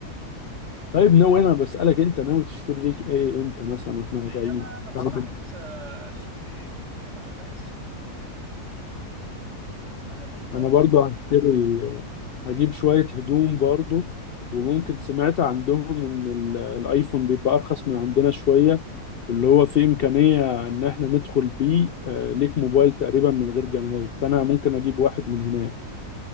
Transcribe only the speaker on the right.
ليه
انا انا بصراحة
نفسي اشتري اللي هي العباية السعودي اللي هي الجميلة دي حاجة محترمة